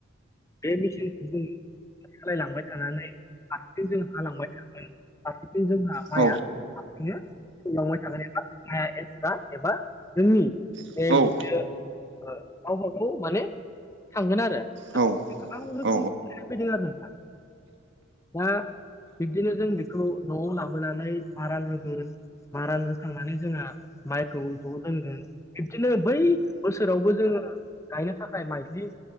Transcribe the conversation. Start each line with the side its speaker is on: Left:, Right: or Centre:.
Left: बे मिसिनखौ जों सालायलांबाय थानानै हारसिजों जों हालांबाय थागोन। फारसेथिं जोंहा माया
Right: औ
Left: गलांबाय थागोन एबा एक्सट्रा एबा जोंनि
Right: औ
Left: बे बियो ओ गावबा गाव माने थांगोन आरो।
Right: औ
Left: गोबां रोखोमनि
Right: औ
Left: फैदों आरो नोंथां। दा बिब्दिनो जों बेखौ न'आव लाबोनानै मारा होगोन। मारान होखांनानै जोंहा माइखौ ज' दोनगोन बिब्दिनो बै बोसोरावबो जोंङो गायनो थाखाय माइज्लि